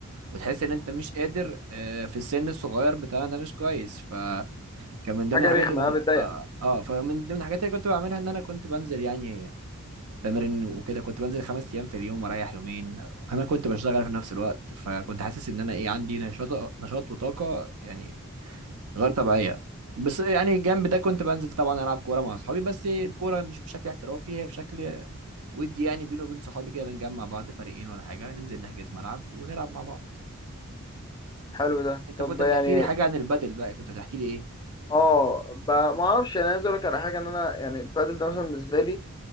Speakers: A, on the right; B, on the left.
A: وتحس ان انت مش قادر آه، في السن الصغير بتاعنا ده مش كويس فكان من ضمن
B: حاجه
A: الحاجات
B: رخمه
A: اللي انا
B: آه، بتضايقك
A: اه, آه فمن ضمن الحاجات اللي كنت بعملها ان انا كنت بنزل يعني تمرين وكده كنت بنزل خمس ايام في اليوم واريح يومين وكمان كنت بشتغل في نفس الوقت فكنت حاسس ان انا ايه عندي نشاط نشاط وطاقه يعني غير طبيعيه بس يعني جنب ده كنت بنزل طبعا العب كوره مع اصحابي بس الكوره مش بشكل احترافي هي بشكل ودي يعني بيني وبين صحابي كده بنجمع بعض فريقين ولا حاجه ننزل نحجز ملعب ونلعب مع بعض
B: حلو ده
A: انت
B: طب
A: كنت
B: يعني
A: بتحكي لي حاجه عن البدل بقى كنت بتحكي لي ايه
B: اه ب... ما اعرفش يعني عايز اقول لك على حاجه ان انا يعني البادل ده مثلا بالنسبه لي